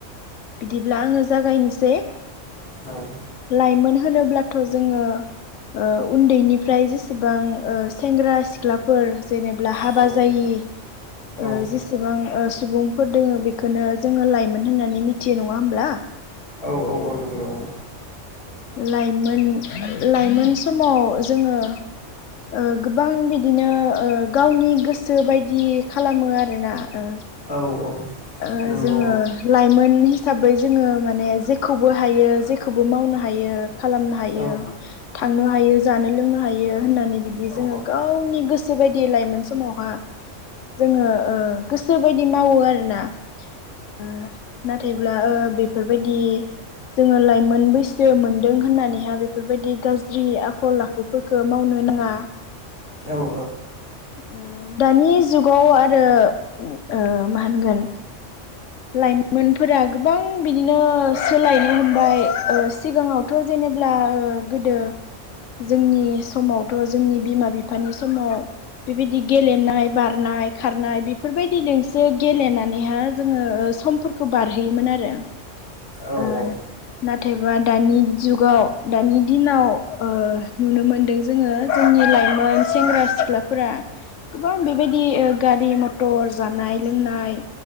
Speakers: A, on the left (about 75°); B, on the left (about 45°).
A: बिदिब्ला आङो जागायनोसै
B: हागोन
A: लाइमोन होनोब्ला थ जोङो ओ उन्दैनिफ्राय जिस सेबां ओ सेंग्रा सिख्लाफोर जेनेब्ला हाबा
B: औ
A: जायि
B: औ
A: ओ जेसेबां ओ सुबुंफोर दोङ बेखोनो जोङो लाइमोन होननानै मिथियो नङा होमब्ला
B: औ औ औ नंगौ औ
A: लाइमोन लाइमोन समाव जोङो ओ गोबां बिदिनो ओ गावनि गोसो बायदि खालामो आरोना ओ
B: औ औ नंगौ औ औ
A: ओ
B: नंगौ
A: जोङो
B: औ
A: लाइमोन <unintelligible> हिसाबै जोङो माने जेखौबो हायो जेखौबो मावनो थायो खालामनो हायो
B: औ
A: थांनो हायो जानो दोनों हा <inaudible> होननानै बिदि
B: औ
A: जोंङो
B: नंगौ औ
A: गावनि गोसो बायदि लायमोन समावहा जोङो ओ गोसो बायदि मावो आरोना ओ नाथायब्ला ओ बे बेफोरबायदि जोङो लाइमोन बैस मोनदों होननानैहा बे बेफोरबायदि गाज्रि आखल आखुफोरखौ मावनो नाङा।
B: औ ओ
A: उ दानि जुगाव आरो ओ मा होनगोन लाइमोनफोरा गोबां बिदिनो सोलायनो हमबाय ओ सिगाङावथ जेनेब्ला ओ गोदो जोंनि बे समावथ जोंनि बिमा बिफानि समाव बेबायदि गेलेनाय बारनाय खारनाय बेफोरबायदिजोंसो गेलेनानैहाय जोङो ओ समफोरखौ बारहोयोमोन आरो
B: औ
A: ओ
B: औ
A: नाथायबा दानि जुगाव दानि दिनाव ओ नुनो मोनदों जोङो जोंनि लाइमोन सेंग्रा सिख्लाफोरा गोबां बेबायदि गारि मथर जानाय लोंनाय